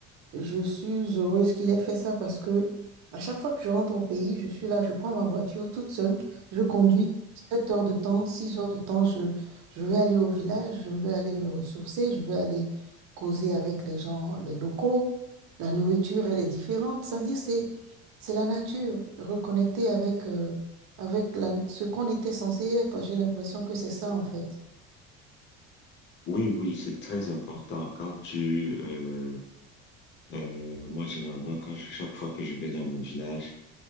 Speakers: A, on the right; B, on the left.
A: Je suis heureuse qu'il ait fait ça parce que à chaque fois que je rentre au pays, je suis là, je prends ma voiture toute seule, je conduis 7 heures de temps, 6 heures de temps, je, je vais aller au village, je vais aller me ressourcer, je vais aller causer avec les gens, les locaux. La nourriture, elle est différente. C'est-à-dire, c'est, c'est la nature, reconnecter avec, euh, avec la- ce qu'on était censé être. J'ai l'impression que c'est ça, en fait.
B: Oui, oui, c'est très important. Quand tu, euh, euh, moi, généralement, quand je, chaque fois que je vais dans mon village,